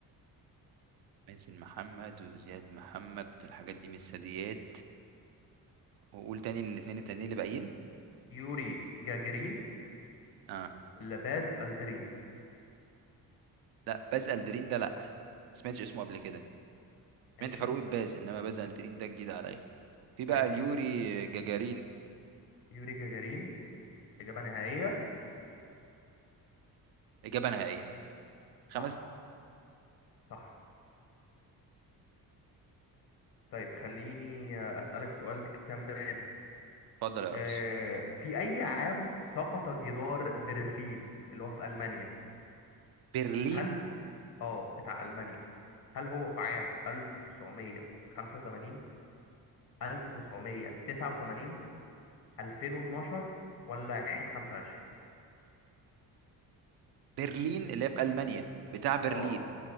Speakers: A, on the right; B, on the left.
A: مازن محمد وزياد محمد الحاجات دي من الثدييات وقول تاني الاتنين التانيين اللي باقيين
B: يوري جاجيرين
A: اه
B: ولا باز الدرين
A: لا باز الدرين ده لا سمعتش اسمه قبل كده
B: ماشي
A: سمعت فاروق باز انما باز الدرين ده جديد عليا في بقى
B: ماشي
A: اليوري جاجارين
B: يوري جاجارين إجابة نهائية
A: اجابه نهائيه خمس
B: صح صح طيب خليني أسألك سؤال كمان
A: اتفضل يا ريس
B: آه، في أي عام سقط جدار برلين اللي هو في ألمانيا
A: برلين
B: هل آه بتاع ألمانيا هل هو في عام 1985 1989 2012 ولا 2025
A: برلين اللي هي في المانيا بتاع برلين
B: آه